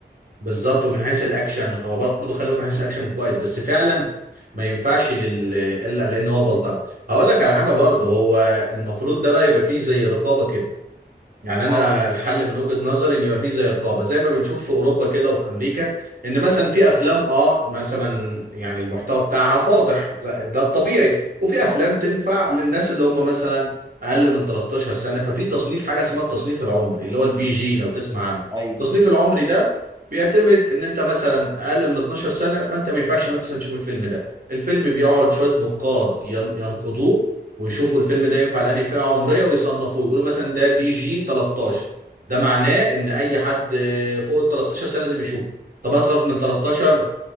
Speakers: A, on the right; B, on the right.
A: بالظبط ومن حيث الاكشن هو برضه خلي بالك من حيث الاكشن كويس بس فعلا ما ينفعش لل... الا لان هو بلطجي هقول لك على حاجة برضه هو المفروض ده بقى يبقى فيه زي رقابة كده يعني انا
B: اه
A: الحل من وجهة نظري ان يبقى فيه زي رقابه زي ما بنشوف في اوروبا كده وفي امريكا ان مثلا في افلام اه مثلا يعني المحتوى بتاعها فاضح ده ده الطبيعي وفي
B: اه
A: افلام تنفع للناس اللي هم مثلا اقل من 13 سنه ففي تصنيف حاجه اسمها التصنيف العمري اللي هو البي جي لو تسمع عنه
B: ايوه
A: التصنيف
B: ايوه
A: العمري ده بيعتمد ان انت مثلا اقل من 12 سنه فانت ما ينفعش مثلا تشوف الفيلم ده الفيلم بيقعد شويه نقاد ين- ينقدوه ويشوفوا الفيلم ده ينفع لأنهي فئة عمرية ويصنفوه يقولوا مثلا ده بي جي 13 ده معناه ان اي حد فوق ال 13 سنة لازم يشوفه طب اصغر من 13